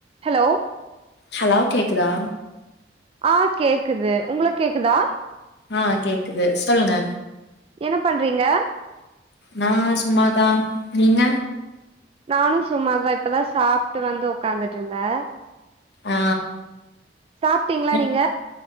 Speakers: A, on the right (about 30°); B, on the left (about 65°).
A: hello
B: hello கேக்குதா
A: ஆ கேக்குது உங்களுக்கு கேக்குதா
B: ஆ கேக்குது சொல்லுங்க
A: என்ன பண்றீங்க
B: நான் சும்மாதான் நீங்க
A: நானும் சும்மாதான் இப்பதான் சாப்ட்டு வந்து உக்காந்துட்ருந்தேன்
B: ஆ
A: சாப்ட்டீங்களா
B: என்
A: நீங்க